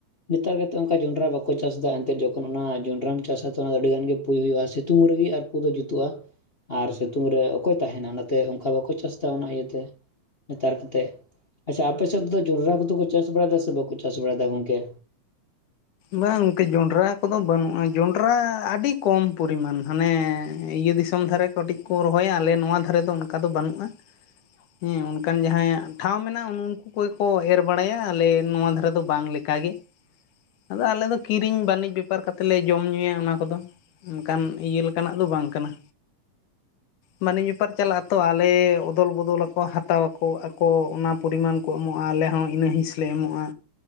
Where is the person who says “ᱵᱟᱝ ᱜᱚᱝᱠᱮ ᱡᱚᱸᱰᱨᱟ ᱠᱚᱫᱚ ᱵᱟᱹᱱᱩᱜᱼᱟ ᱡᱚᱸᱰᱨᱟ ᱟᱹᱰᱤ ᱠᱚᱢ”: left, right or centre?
Left